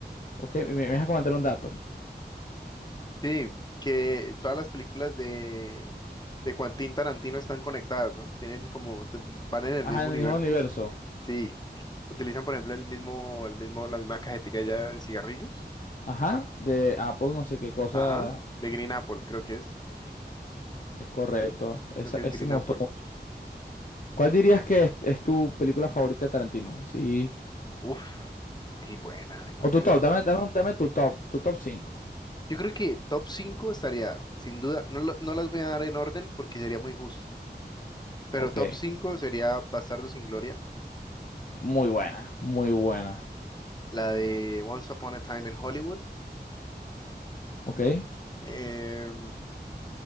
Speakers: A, on the left; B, on the left.
A: Ok, me, me vas a comentar un dato.
B: Sí, que todas las películas de de Quentin Tarantino están conectadas, ¿no? Tienen como van en el
A: Ajá,
B: mismo
A: en
B: universo.
A: el mismo universo.
B: Sí, utilizan por ejemplo el mismo, el mismo, la misma cajetilla ya de cigarrillos,
A: Ajá, de Apple, no sé qué cosa
B: ajá, de Green Apple, creo que es,
A: es correcto.
B: creo,
A: Esa,
B: creo que es
A: ese
B: Green
A: me
B: Apple.
A: gustó mucho. ¿Cuál dirías que es, es tu película favorita de Tarantino? Sí.
B: Uf, qué buena, ay, muy
A: O
B: buena.
A: tu top, dame, dame, dame tu top, tu top cinco.
B: Yo creo que top 5 estaría, sin duda, no, lo- no las voy a dar en orden porque sería muy justo, pero
A: Ok,
B: top cinco sería Bastardo sin Gloria,
A: muy buena, muy buena.
B: la de Once Upon a Time in Hollywood,
A: Ok,
B: eh,